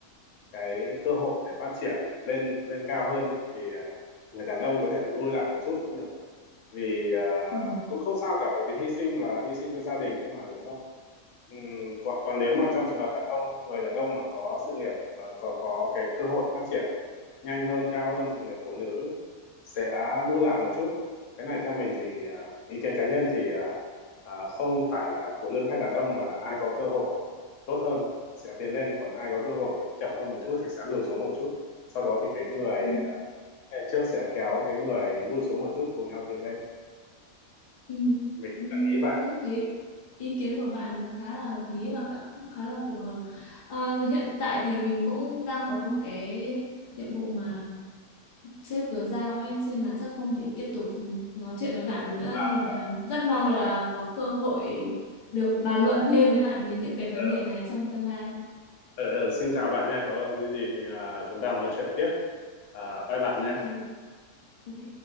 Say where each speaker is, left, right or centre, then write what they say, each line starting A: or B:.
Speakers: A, on the left; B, on the left.
A: cái cơ hội để phát triển lên lên cao hơn ấy, thì à, người đàn ông có thể lui lại một chút cũng được vì à,
B: Ừ.
A: cũng không sao cả bởi vì hy sinh là hy sinh cho gia đình thôi mà đúng không Ừm, còn còn nếu
B: Ừ.
A: mà trong trường hợp đàn ông người đàn ông mà có sự nghiệp và có có cái cơ hội phát triển nhanh hơn cao hơn thì người phụ nữ sẽ lùi lại một chút cái này theo mình thì à, ý kiến cá nhân thì à, à, không phải là phụ nữ hay đàn ông mà là ai có cơ hội tốt hơn sẽ tiến lên còn ai có cơ hội chậm hơn một chút thì sẽ lùi xuống một chút sau đó thì cái người
B: Ừ.
A: à, trước sẽ kéo cái người lùi xuống một chút cùng nhau tiến lên
B: Ừ,
A: mình
B: ừ,
A: cũng nghĩ vậy
B: cũng thấy ý kiến của bạn khá là hợp lý và cả- cũng khá là phù hợp. Ờ, hiện tại thì mình cũng đang có một cái nhiệm vụ mà sếp vừa giao ấy, cho nên là chắc không thể tiếp tục nói chuyện với bạn nữa
A: à
B: nhưng mà
A: ok
B: rất mong
A: ok
B: là có cơ hội được bàn luận thêm với bạn về những cái
A: ờ,
B: vấn đề này trong tương lai.
A: ờ, ờ, xin chào bạn nha có cái gì thì à, chúng ta nói chuyện tiếp à, bye bạn
B: Ok,
A: nha
B: ok.